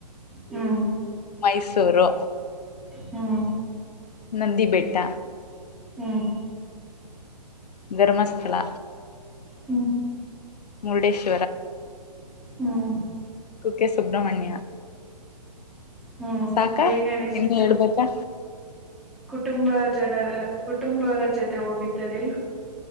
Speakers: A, in the centre; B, on the left.
A: ಹ್ಮ್
B: ಮೈಸೂರು
A: ಹ್ಮ್
B: ನಂದಿ ಬೆಟ್ಟ
A: ಹ್ಮ್
B: ಧರ್ಮಸ್ಥಳ
A: ಹ್ಮ
B: ಮುರ್ಡೇಶ್ವರ
A: ಹಾ <inaudible>
B: ಕುಕ್ಕೆ ಸುಬ್ರಹ್ಮಣ್ಯ
A: ಹ್ಮ್
B: ಸಾಕಾ
A: ಹೇಗ ಅನಿಸತ್ತು
B: ಇನ್ನು ಹೇಳ್ಬೇಕಾ
A: ಕುಟುಂಬ <inaudible> ಜನರ ಕುಟುಂಬವರ ಜೊತೆ ಹೋಗಿದ್ದಾರೆ <inaudible>